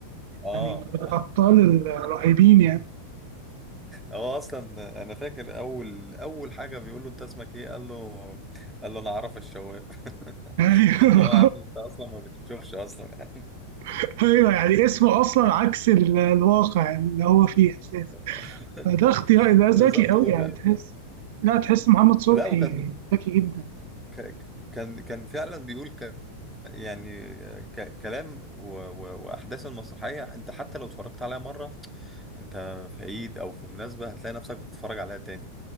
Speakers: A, in the centre; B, on the right.
A: آه
B: يعني من الأبطال الرهيبين
A: <laughs>
B: يعني
A: هو أصلا أنا فاكر أول أول حاجة بيقول له أنت اسمك إيه قال له قال له أنا عرف الشواب <laughs>
B: أيوه
A: اللي هو يا عم أنت أصلا ما بتشوفش أصلا
B: <laughs> أيوه يعني اسمه أصلا عكس ال- الواقع يعني اللي هو فيه أساسا
A: <laughs>
B: فده اختيار ده
A: بالظبط
B: ذكي أوي
A: وكان
B: يعني تحس لا تحس محمد صبحي
A: لا وكان
B: ذكي جدا
A: ك- كان كان فعلا بيقول يعني ك- كلام و... و... واحداث المسرحيه انت حتى لو اتفرجت عليها مره انت في عيد او في مناسبه هتلاقي نفسك بتتفرج عليها تاني